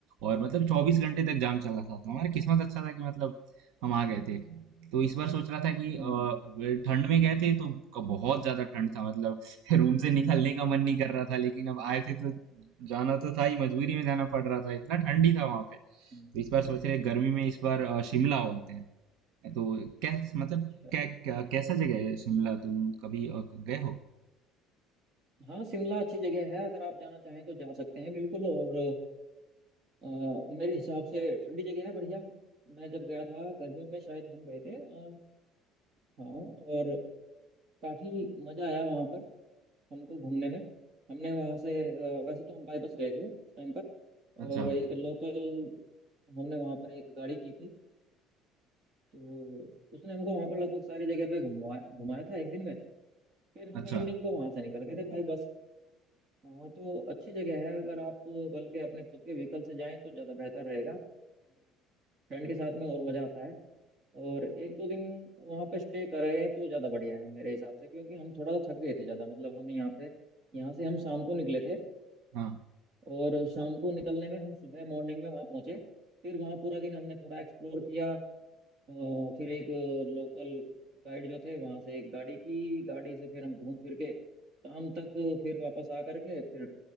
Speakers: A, on the right; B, on the right.
A: और मतलब चौबीस घंटे तक जाम चला था तो हमारा किस्मत अच्छा था कि मतलब हम आ गए थे तो इस बार सोच रहा था कि अ,
B: हम्म
A: ठंड में गए थे तो क- बहुत ज्यादा ठंड था मतलब <laughs> रूम से निकलने का मन नहीं कर रहा था लेकिन अब आए थे तो जाना तो था ही मजबूरी में जाना पड़ रहा था इतना ठंडी था वहां पे तो
B: हम्म,
A: इस बार सोच रहे हैं, गर्मी में इस बार अ, शिमला हो आते हैं तो कैस मतलब
B: अच्छा
A: कै, क्या कैसा जगह है शिमला तुम कभी अ, गए हो
B: हाँ शिमला अच्छी जगह है अगर आप जाना चाहें तो जा सकते हैं बिल्कुल और अ, मेरे हिसाब से ठंडी जगह है बढ़िया मैं जब गया था गर्मियों में शायद हम गए थे अ, हाँ और काफी मजा आया वहाँ पर हमको घूमने में हमने वहाँ से अ, वैसे तो हम बाईपास गए थे उस टाइम पर
A: अच्छा
B: और एक लोकल हमने वहाँ पर एक गाड़ी की थी तो उसने हमको वहाँ पर लगभग सारी जगह पे घुमाया घुमाया था एक दिन में फिर हम
A: अच्छा
B: इवनिंग को वहाँ से निकल गए थे बाई बस हाँ तो अच्छी जगह है अगर आप बल्कि अपने खुद के व्हीकल से जाएं तो ज़्यादा बेहतर रहेगा फ्रेंड के साथ में और मज़ा आता है और एक दो दिन वहाँ पे स्टे करें तो ज़्यादा बढ़िया है मेरे हिसाब से क्योंकि हम थोड़ा सा थक गए थे ज़्यादा मतलब हम यहाँ से यहाँ से हम शाम को निकले थे
A: हाँ
B: और शाम को निकलने में हम सुबह मॉर्निंग में वहाँ पहुंचे फिर वहाँ पूरा दिन हमने थोड़ा एक्सप्लोर किया और फिर एक लोकल गाइड जो थे वहाँ से एक गाड़ी की गाड़ी से फिर हम घूम फिर के शाम तक फिर वापस आ करके फिर